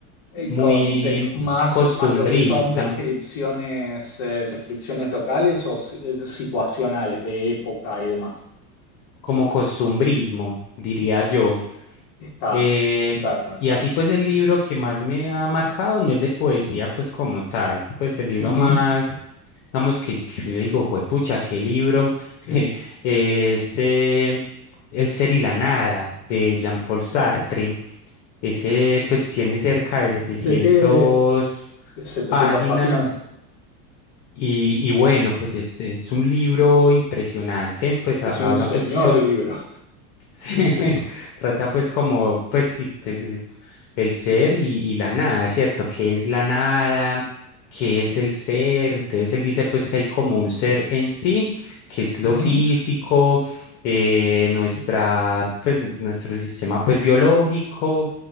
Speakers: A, on the left; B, on the left.
A: Eh,
B: muy
A: con des- más,
B: costumbrista,
A: más lo que son descripciones, eh, descripciones locales o si- eh, situacionales de época y demás.
B: como costumbrismo, diría yo.
A: Está,
B: Eh,
A: está, está,
B: y
A: está.
B: así pues el libro que más me ha marcado no es de poesía pues como tal, pues el libro
A: Ujú.
B: más, digamos que yo digo, juepucha, qué libro <laughs> eh, ese El ser y la nada de Jean-Paul Sartre. Ese pues tiene cerca de 700
A: ¿De qué? 700
B: páginas
A: páginas.
B: y, y bueno, pues es, es un libro impresionante, pues
A: Es
B: ha- habla
A: un señor
B: pues sobre,
A: libro,
B: Sí, <laughs> trata pues como, pues sí, te- eh, el ser y, y la nada, ¿cierto? ¿Qué es la nada? ¿Qué es el ser? Entonces él dice pues que hay como un ser en sí, que es lo
A: Ujú.
B: físico, eh, nuestra, pues n- nuestro sistema pues biológico,